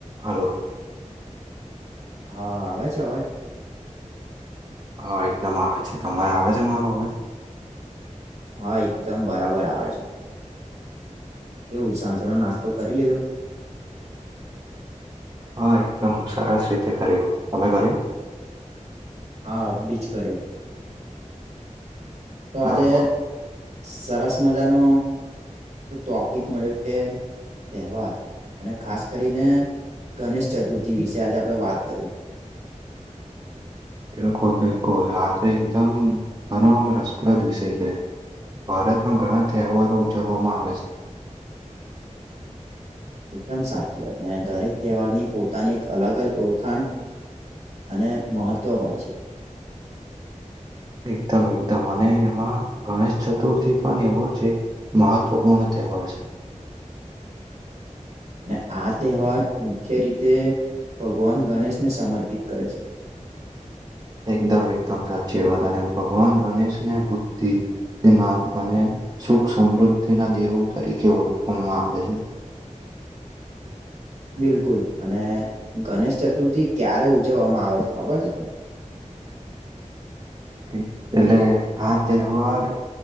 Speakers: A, on the right (about 30°); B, on the right (about 60°).
A: હાલો
B: હા આવે છે અવાજ?
A: હા એકદમ આવે છે, તમારે આવે છે મારો અવાજ?
B: હા એકદમ બરાબર આવે છે. કેવું સાંજનો નાસ્તો કરી લીધો?
A: હા એકદમ સરસ રીતે કર્યો, તમે કર્યો?
B: હા અબીજ કર્યો, તો
A: બરોબર
B: આજે સરસ મજાનો ટોપિક મળ્યો કે તહેવાર અને ખાસ કરીને ગણેશ ચતુર્થી વિશે આજે આપણે વાત કરીએ.
A: બિલકુલ બિલકુલ આ તો એકદમ ઘણો રસપ્રદ વિષય છે. ભારતમાં ઘણા તહેવારો ઉજવવામાં આવે સ
B: એકદમ સાચીવાત અને દરેક તહેવારની પોતાની એક અલગ જ ઓળખાણ અને મહત્ત્વ હોય છે.
A: એકદમ એકદમ અને એમાં ગણેશ ચતુર્થી પણ એવો જ એક મહત્વપૂર્ણ તેહવાર છે
B: ને આ તહેવાર મુખ્ય રીતે ભગવાન ગણેશને સમર્પિત કરે છે.
A: એકદમ એકદમ સાચી વાત અને ભગવાન ગણેશ ને બુદ્ધિ જ્ઞાન અને સુખ સમૃદ્ધિ ના દેવો તરીકે ઓળખવામાં આવે
B: બિલકુલ અને ગણેશ ચતુર્થી ક્યારે ઉજવવામાં આવે છે ખબર છે તને?
A: તે એટલે આ તહેવાર